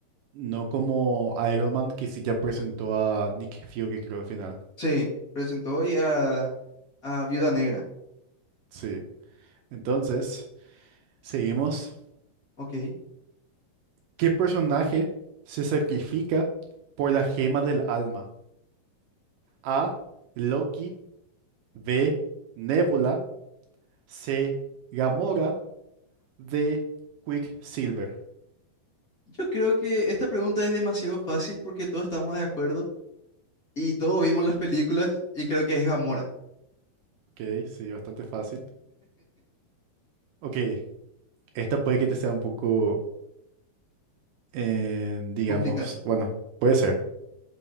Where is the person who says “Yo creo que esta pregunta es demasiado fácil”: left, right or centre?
Left